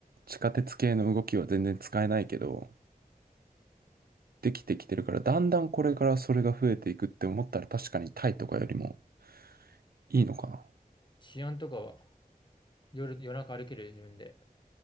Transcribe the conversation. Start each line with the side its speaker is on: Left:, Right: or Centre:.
Right: 地下鉄系の動きは全然使えないけど、できてきてるから、だんだんこれからそれが増えていくって思ったら確かにタイとかよりもいいのかな。
Left: 治安とかは夜、夜中歩ける自分で。